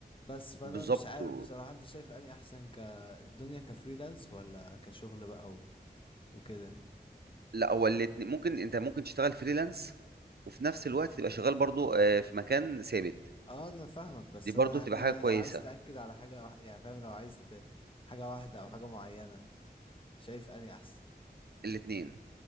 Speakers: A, on the left; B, on the right.
A: بس فانا
B: بالضبط،
A: مش عارف
B: و
A: بصراحة انت شايف اني احسن كالدنيا كفريلانس ولا كشغل بقى و- وكده
B: لأ هو الاتن ممكن أنت ممكن تشتغل freelance وفي نفس الوقت تبقى شغال برضه آآ، في مكان ثابت،
A: اه انا فاهمك بس
B: دي برضه
A: انا يعني
B: بتبقى حاجة كويسة،
A: عايز تأكد على حاجة واح... يعني فاهم لو عايز ت... حاجة واحدة او حاجة معينة شايف اني احسن
B: الاتنين،